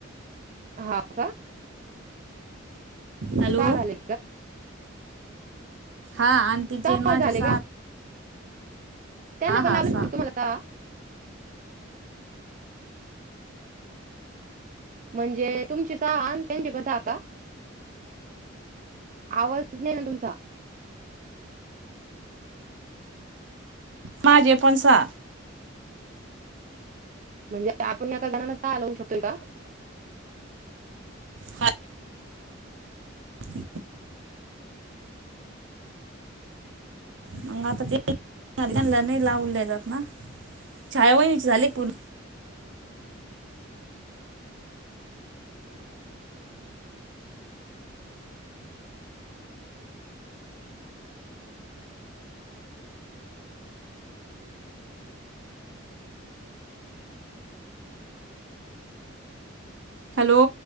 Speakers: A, on the right; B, on the right.
A: ह का
B: हॅलो
A: साडले
B: हा आणि तिचे
A: सहा
B: माझे
A: झाले
B: स
A: का त्यांना आपण
B: हा
A: आवु
B: सहा
A: मला आता म्हणजे तुमचीचहा त्यांची पणहाका आवाज नाही ना तुमचा
B: माझे पणसा
A: म्हणजे आपण एका जणना सहा लावू शकतोय का
B: ह स मग आता ते नाही लावल्या जात ना शाळेव विचारले पूण हॅलो